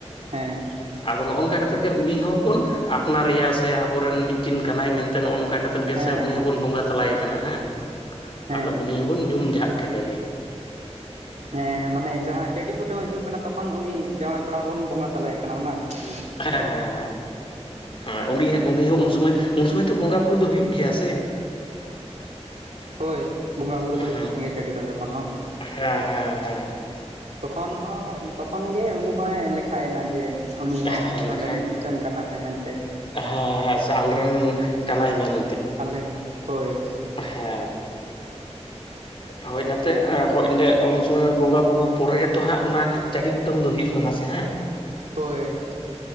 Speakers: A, on the right; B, on the left.
A: ᱦᱮᱸ
B: ᱟᱫᱚ ᱱᱚᱜᱼᱚ ᱱᱚᱝᱠᱟ ᱠᱟᱛᱮᱫ ᱜᱮ ᱩᱱᱤ ᱦᱚᱸᱵᱚᱱ ᱟᱯᱱᱟᱨᱮᱭᱟ ᱥᱮ ᱟᱵᱚᱨᱮᱱ ᱢᱤᱫᱴᱤᱱ ᱠᱟᱱᱟᱭ ᱥᱮ ᱱᱚᱜᱼᱚ ᱱᱚᱝᱠᱟ ᱠᱟᱛᱮᱜ ᱜᱮ
A: ᱦᱮᱸ
B: ᱥᱮ ᱩᱱᱤ
A: ᱦᱮᱸ
B: ᱦᱚᱸᱵᱚᱱ ᱵᱚᱸᱜᱟ ᱛᱟᱞᱟᱭᱮ ᱠᱟᱱᱟ ᱦᱟᱸᱜ᱾
A: ᱦᱮᱸ
B: ᱟᱫᱚ ᱩᱱᱤ ᱦᱚᱸᱵᱚᱱ ᱧᱩᱢ ᱡᱷᱟᱜ ᱠᱮᱫᱮ ᱜᱮ᱾
A: ᱦᱮᱸ ᱢᱟᱱᱮ ᱡᱟᱦᱟᱸ ᱪᱟᱹᱰᱤ ᱠᱩᱴᱟᱹᱢᱮ ᱦᱤᱡᱩᱜ ᱠᱟᱱᱟ ᱛᱚᱠᱷᱚᱱ ᱩᱱᱤ ᱡᱟᱶᱟᱭ ᱠᱚᱲᱟ ᱦᱚᱸᱵᱚᱱ ᱵᱚᱸᱜᱟ ᱛᱟᱞᱟᱭᱮ ᱠᱟᱱᱟ ᱚᱱᱟ ᱠᱟᱛᱷᱟᱧ ᱞᱟᱹᱭ
B: ᱦᱮᱸ ᱦᱮᱸ ᱦᱮᱸ᱾ ᱦᱮᱸ ᱩᱱᱤ ᱦᱟᱸᱜ ᱩᱱᱤ ᱦᱚᱸ ᱩᱱ ᱥᱚᱢᱚᱭ ᱩᱱ ᱥᱚᱢᱚᱭ ᱛᱚ ᱵᱚᱸᱜᱟ ᱵᱩᱨᱩ ᱫᱚ ᱦᱩᱭᱩᱜ ᱜᱮᱭᱟ ᱥᱮ᱾
A: ᱦᱳᱭ ᱵᱚᱸᱜᱟ ᱵᱩᱨᱩ ᱫᱚ ᱦᱩᱭᱩᱜ
B: ᱦᱮᱸ
A: ᱠᱟᱱ ᱜᱮᱭᱟ ᱪᱟᱹᱰᱤ ᱴᱟᱸᱜᱟ ᱠᱷᱚᱱ ᱦᱚᱸ᱾
B: ᱦᱮᱸ ᱦᱮᱸ ᱦᱮᱸ
A: ᱛᱚᱠᱷᱚᱱ ᱦᱚᱸ ᱛᱚᱠᱷᱚᱱ ᱜᱮ ᱩᱱᱤ ᱦᱚᱸᱭ ᱞᱮᱠᱷᱟᱭᱮᱱᱟ ᱡᱮ ᱩᱱᱤ
B: ᱦᱮᱸ
A: ᱦᱚᱸ ᱱᱚᱰᱮᱱᱤᱡ
B: ᱞᱮᱠᱷᱟᱡ
A: ᱢᱤᱫᱴᱮᱱ ᱠᱟᱱᱟᱭ ᱢᱮᱱᱛᱮ᱾
B: ᱦᱮᱸ ᱦᱮᱸ ᱥᱮ ᱟᱞᱮᱨᱮᱱ ᱠᱟᱱᱟᱭ ᱢᱮᱱ
A: ᱟᱞᱮᱨᱮᱱ ᱦᱳᱭ᱾
B: ᱦᱮᱸ᱾ ᱦᱳᱭ ᱱᱟᱛᱮ ᱦᱤᱛ ᱚᱸᱰᱮ ᱩᱱ ᱥᱚᱢᱚᱭ ᱵᱚᱸᱜᱟ ᱵᱩᱨᱩ ᱯᱚᱨᱮ ᱜᱮᱛᱚ ᱦᱟᱸᱜ ᱚᱱᱟ ᱪᱟᱹᱰᱤ ᱠᱩ ᱴᱟᱹᱢ ᱫᱚ ᱦᱩᱭᱩᱜ ᱠᱟᱱᱟ ᱥᱮ ᱦᱟᱸᱜ᱾
A: ᱦᱳᱭ᱾